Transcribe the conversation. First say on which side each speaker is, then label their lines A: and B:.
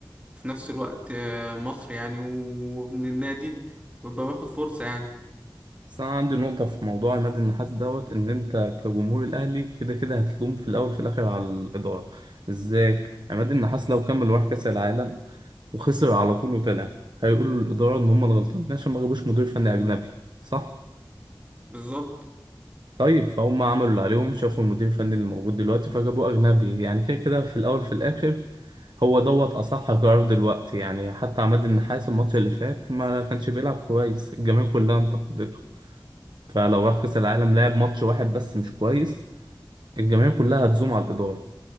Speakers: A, on the right; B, on the right.
A: وفي نفس الوقت آه، مصري يعني ومن النادي ويبقى واخد فرصة يعني
B: بس انا عندي نقطة في موضوع عماد النحاس دوت ان انت كجمهور الاهلي كده كده هتلوم في الاول في الاخر على الادارة ازاي عماد النحاس لو كمل وراح كاس العالم وخسر على طول وطلع هيقولوا للادارة ان هم الغلطانين عشان ما جابوش مدير فني اجنبي صح
A: بالظبط
B: طيب فهم عملوا اللي عليهم شافوا المدير الفني اللي موجود دلوقتي فجابوه اجنبي يعني كده كده في الاول في الاخر هو دوت اصح قرار دلوقتي يعني حتى عماد النحاس الماتش اللي فات ما كانش بيلعب كويس الجماهير كلها انتقدته فلو راح كأس العالم لعب ماتش واحد بس مش كويس الجماهير كلها هتزوم على الإدارة